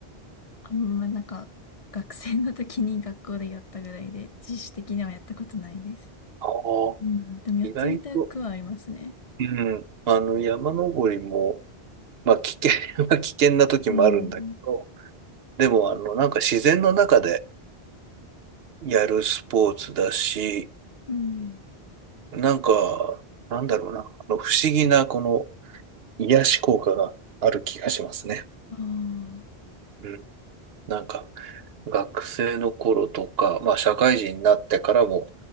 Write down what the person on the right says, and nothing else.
ああ、
意外と、うん、あの山登りも、まあ危険は <laughs> 危険な時もあるんだけど、
でもあのなんか自然の中でやるスポーツだし、
なんか、なんだろうな、あの不思議なこの癒し効果がある気がしますね。
うん。なんか、学生の頃とか、まあ社会人になってからも